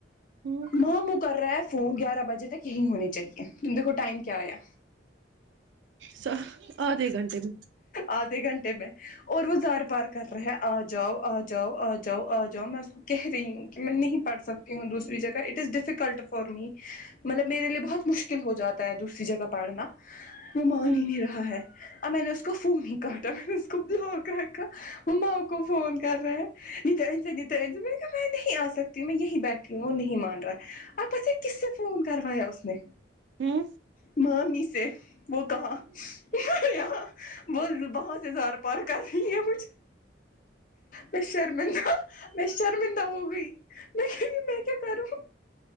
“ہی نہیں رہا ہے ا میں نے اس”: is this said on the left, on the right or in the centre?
Left